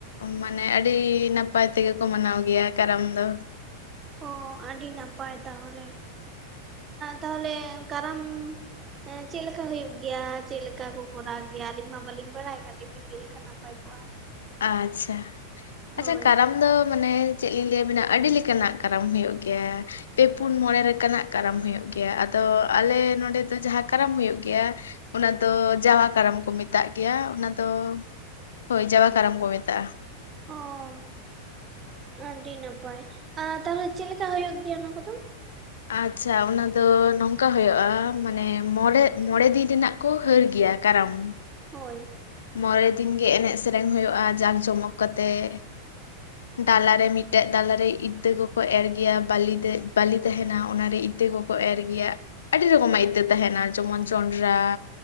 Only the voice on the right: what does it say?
ᱳ ᱟᱹᱰᱤ ᱱᱟᱯᱟᱭ ᱛᱟᱦᱚᱞᱮ ᱛᱟᱦᱚᱞᱮ ᱠᱟᱨᱟᱢ ᱦᱮᱸ ᱪᱮᱫ ᱞᱮᱠᱟ ᱦᱩᱭᱩᱜ ᱜᱮᱭᱟ ᱪᱮᱫ ᱞᱮᱠᱟ ᱠᱚ ᱠᱚᱨᱟᱣ ᱜᱮᱭᱟ ᱟᱹᱞᱤᱧ ᱢᱟ ᱵᱟᱹᱞᱤᱧ ᱵᱟᱲᱟᱭᱟ ᱠᱟᱹᱴᱤᱡ ᱵᱤᱱ ᱞᱟᱹᱭ ᱞᱮᱠᱷᱟᱱ ᱱᱟᱯᱟᱭ ᱠᱚᱜ
ᱦᱳᱭ
ᱚᱸ ᱟᱹᱰᱤ ᱱᱟᱯᱟᱭ ᱛᱟᱦᱚᱞᱮ ᱪᱮᱞᱮᱠᱟ ᱦᱩᱭᱩᱜ ᱜᱮᱭᱟ ᱚᱱᱟ ᱠᱚᱫᱚ
ᱦᱳᱭ